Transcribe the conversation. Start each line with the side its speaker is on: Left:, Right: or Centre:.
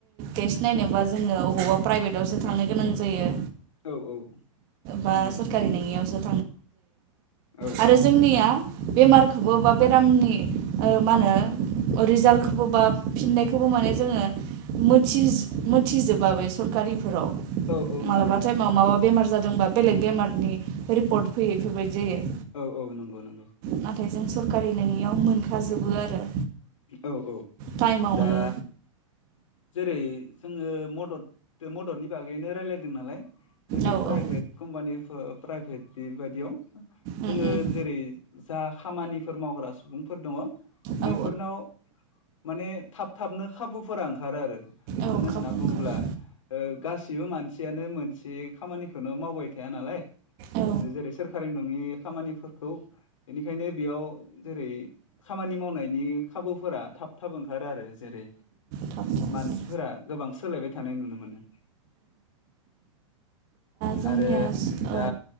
Right: टेस्ट नायनोबा जोङो अबावबा प्राइभेटावसो थांनो गोनां जायो
Left: औ औ
Right: बा
Left: नंगौ
Right: सोरकारि
Left: नंगौ
Right: नोंङि जों
Left: औ
Right: आरो
Left: औ
Right: जोंनिया बेमारखौ खौबो बा बेरामनि ओ मा होनो रिजाल्टखौबो बा फिननायखौबो माने जोङो मोथिज मिथिजोबा बे सरकारिफोराव
Left: औ औ
Right: मालाबा
Left: नंगौ नंगौ
Right: टाइमाव माबा जादोंबा बेलेग बेमारनि रिपर्ट फैयो बेफोरबायदि जायो
Left: औ औ नंगौ नंगौ
Right: नाथाय जों सरकारि नङियाव मोनखाजोबो आरो
Left: औ औ
Right: टाइमावनो
Left: दा जेरै जोङो मदद मददनि बागैनो रायलायदों नालाय जेरै
Right: औ
Left: प्राइभेट
Right: औ
Left: कम्पानि प्राइभेट बेबायदियाव जोङो
Right: उम उम
Left: जेरै जा खामानिफोर मावग्रा सुबुं फोर दङ बेफोरनाव
Right: औ
Left: माने थाब थाबनो खाबुफोरा ओंखारो आरो मानो
Right: औ खाबु
Left: होनना बुङोब्ला
Right: ओंखारो
Left: ओ गासै बो मानसियानो मोनसे खामानिखौनो मावबाय थाया नालाय
Right: औ
Left: जेरै सोरखारि नङि खामानिफोरखौ बेनिखायनो बेयाव जेरै खामानि माव नायनि खाबुफोरा थाब थाब ओंखारो आरो जेरै
Right: थाब ओंखारो
Left: मानसिफोरा गोबां सोलायबाय थानाय नुनो मोनो
Right: जोंनियास
Left: आरो दा
Right: औ